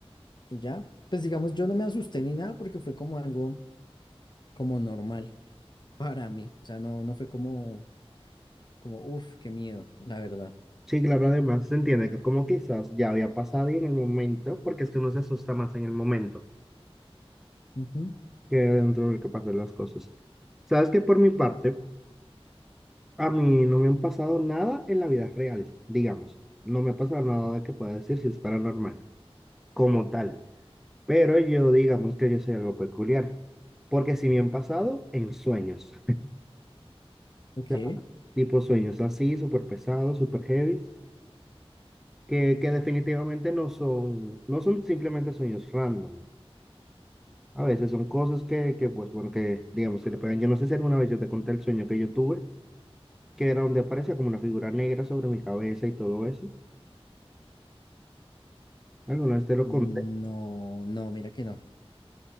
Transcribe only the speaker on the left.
Y ya, pues digamos, yo no me asusté ni nada porque fue como algo como normal para mí. O sea, no, no fue como, como, uff, qué miedo, la verdad.
Ujú.
Ok.
No,
no, mira que no,